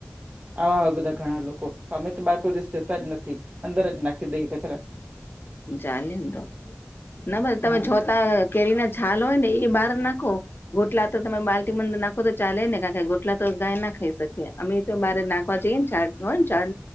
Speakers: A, on the right; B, on the left.
A: આવા હોય બધા ઘણા લોકો અમે તો બારકોઈ દિવસ જતા જ નથી, અંદર જ નાખી દઈ કસારા
B: ચાલી તો ના બસ તમે
A: હમ
B: જોતા કેરી ના છાલ હોય ને એ બહાર નાખો. ગોટલા તો તમે બાલ્ટી બંદ નાખો તો ચાલે ને કારણ ગોટલા તો ગાય ના ખાઈ શકે, અમે તો મારે ના કવા જેઈ ચા ચાર